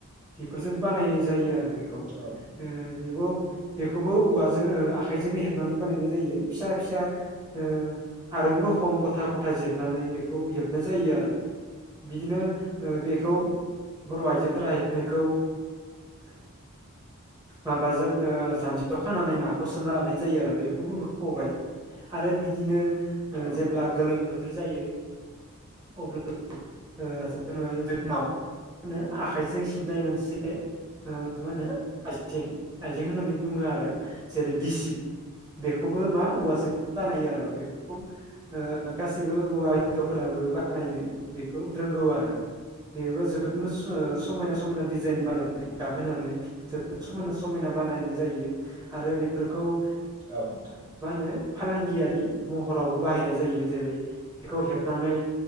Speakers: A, on the right; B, on the right.
A: बेफोरजों बानायनाय जायो आरो बेखौ ओ
B: औ
A: बेबौ बेखौबो औवाजोंनो आ खायजोंनो हेबनानै बानायनाय जायो फिसा फिसा ओ आरुं रखम गथा गथा जिरनानै बेखौ हेबनाय जायो आरो बिदिनो ओ बेखौ बर' आइजोफोरा हेबनायखौ माबाजों ओ जानजियाव खानानै नाखौ सो सोना लानाय जायो आरो बेखौ बुङो खबाइ आरो बिदिनो ओ
B: औ
A: जेब्ला
B: नोंथां
A: गोलोम बोथो थोर जायो अब्ला ओ जोङो जोंनाव नो आखाइजों सिबनाय मोनसे ओ मा होनो आइजें आइजें होननानै बुङो आरो जेरै गिसिब बेखौबो मा औवाजों बानायो आरो बेखौ ओ गासिबो हौवा हिन्जावफोराबो बानायनो बे खौ रोंगौ आरो बेबो जोबोद मोस ओ समायना
B: औ
A: समायना दिज <unintelligible> गाबहोनानै जोबोद समायना समायना बानायनाय जायो आरो बेफोरखौ ओ
B: औ नोंथां
A: मा होनो फालांगियारि महरावबो बाहायनाय जायो जेरै बेखौ हेबनानै